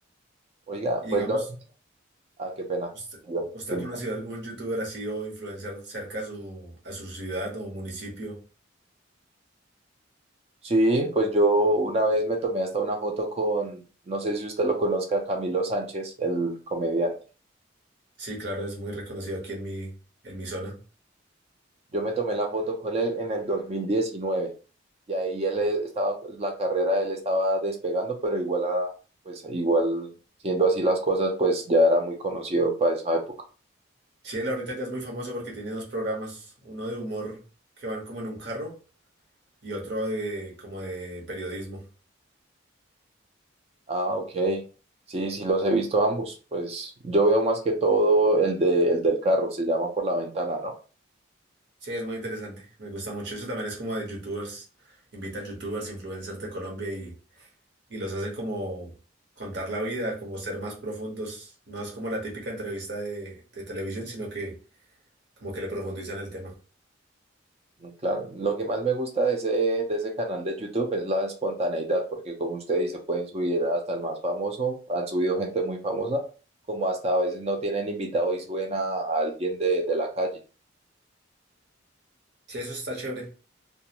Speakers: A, on the right; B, on the right.
A: Oiga,
B: Y
A: pues
B: digamos,
A: no. Ah, qué pena.
B: ¿usted,
A: Sí, yo-
B: usted
A: qué
B: ha
A: pena.
B: conocido algún youtuber así o influencer cerca a su, a su ciudad o municipio?
A: Sí, pues yo una vez me tomé hasta una foto con, no sé si usted lo conozca, Camilo Sánchez, el comediante.
B: Sí, claro, es muy reconocido aquí en mi, en mi zona.
A: Yo me tomé la foto con él en el dos mil diecinueve y ahí él e, estaba, la carrera de él estaba despegando, pero igual a, pues igual siendo así las cosas, pues ya era muy conocido para esa época.
B: Sí, él ahorita ya es muy famoso porque tiene dos programas, uno de humor que van como en un carro y otro de como de periodismo.
A: Ah, ok. Sí, sí los he visto ambos. Pues yo veo más que todo el de, el del carro, se llama Por la Ventana, ¿no?
B: Sí, es muy interesante, me gusta mucho. Eso también es como de youtubers, invitan youtubers, influencers de Colombia y, y los hacen como contar la vida, como ser más profundos. No es como la típica entrevista de, de televisión, sino que como que le profundizan el tema.
A: No, Claro, lo que más me gusta de ese, de ese canal de YouTube es la espontaneidad, porque como usted dice, pueden subir hasta el más famoso, han subido gente muy famosa, como hasta a veces no tienen invitado y suben a, a alguien de, de la calle.
B: Sí, eso está chévere.